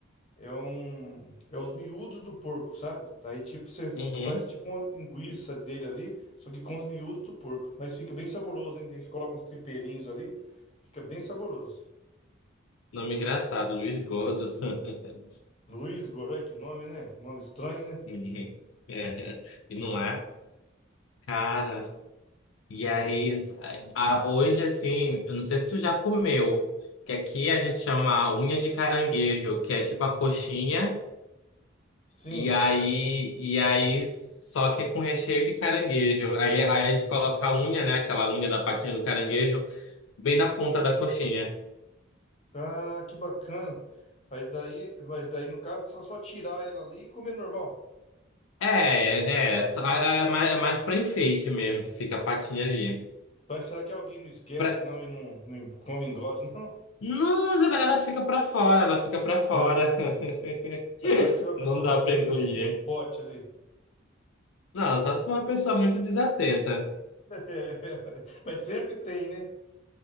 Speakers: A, on the left (about 30°); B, on the left (about 75°).
A: É um. É os miúdos do porco, sabe? Daí, tipo, você
B: Uhum.
A: faz tipo uma linguiça dele ali, só que com os miúdos do porco. Mas fica bem saboroso, hein? Daí você coloca uns temperinhos ali, fica bem saboroso.
B: Nome engraçado, Luiz Gordo. <laughs>
A: Luiz Godoy, que nome, né? Nome estranho, né?
B: Uhum. É. E não é? Cara, E aí, s- a- hoje, assim, eu não sei se tu já comeu, que aqui a gente chama unha de caranguejo, que é tipo a coxinha,
A: Sim.
B: e aí, e aí só que com recheio de caranguejo. Aí, aí a gente coloca a unha, né, aquela unha da patinha do caranguejo, bem na ponta da coxinha.
A: Ah, que bacana. Mas daí, mas daí no caso, só, só tirar ela ali e comer normal.
B: É, é, só- é, é mais, é mais pra enfeite mesmo, que fica a patinha ali.
A: Vai que será que alguém não esquece,
B: Pra...
A: não, e não, não come, engole, não? <laughs>
B: Não, ela ela fica pra fora, ela fica pra fora.
A: Ah, sim.
B: <laughs>
A: Aí vai que a pessoa
B: Não dá
A: vai com
B: pra
A: muita
B: engolir.
A: sede no pote ali.
B: Não, só se for uma pessoa muito desatenta.
A: <laughs> Mas sempre tem, né?